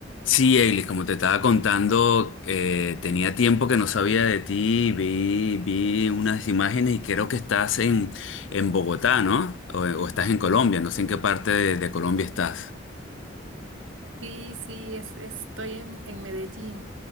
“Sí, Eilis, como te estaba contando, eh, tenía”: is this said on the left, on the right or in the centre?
Left